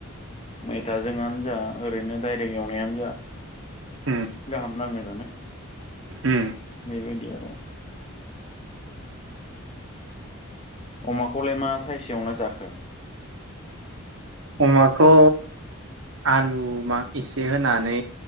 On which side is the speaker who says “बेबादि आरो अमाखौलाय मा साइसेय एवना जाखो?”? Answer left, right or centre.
Left